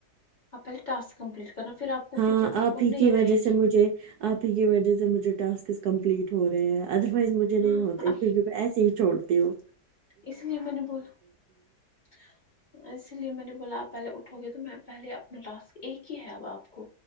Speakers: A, on the left; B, on the right.
A: آپ پہلے ٹسک کمپلیٹ کرنا پھر آپ کو
B: ہاں
A: فکر مطلب
B: آپ ہی
A: نہیں
B: کی وجہ
A: رہے گی
B: سے مجھے آپ ہی کی وجہ سے مجھے ٹاسکس کمپلیٹ ہو رہے ہیں ادر وائز مجھے نہیں
A: ہاں
B: ہوتے کیوکہ ایسے ہی چھوڑتی ہو
A: اس لیے میں نے بولا اسی لیے میں نے بولا آپ پہلے اٹھو گے تو میں پہلے اپنا ٹاسک ایک ہی ہے اب آپ کو